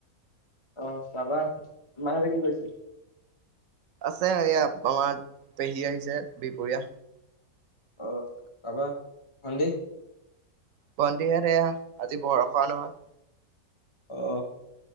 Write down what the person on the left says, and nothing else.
অহ পাবা। মাহতে কি কৰিছে?
অ, তাৰপা ভণ্টি?
অ।